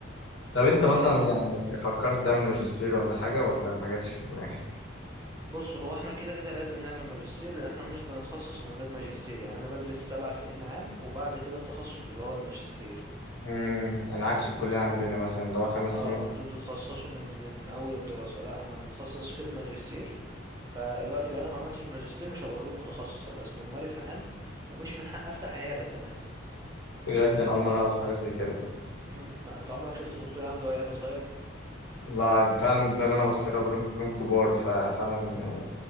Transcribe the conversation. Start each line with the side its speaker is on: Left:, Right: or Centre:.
Left: طب انت مثلا
Right: ايوه
Left: يعني
Right: ايوه
Left: فكرت تعمل ماجستير ولا حاجة ولا ما جاتش في دماغك؟
Right: بص هو احنا كده كده لازم نعمل ماجستير لان احنا مش بنتخصص من غير ماجستير يعني انا بدرس سبع سنين عام وبعد كده التخصص بيبقى هو الماجستير
Left: امم يعني عكس الكلية عندنا مثلا اللي هو خمس سنين
Right: اه انتوا بتتخصصوا من من اول الدراسة لا احنا بنتخصص في الماجستير فالوقت لو انا ما عملتش ماجستير مش هبقى طبيب متخصص هبقى اسمي ممارس عام ومش من حق افتح عيادة كمان
Left: بجد انا اول
Right: ف...
Left: مرة اعرف حاجة زي كده
Right: مم. ما انت عمرك شفت دكتور عنده عيادة صغير
Left: لا فعلا ده اللي انا بص له بقول لهم كلهم كبار ففعلا يعني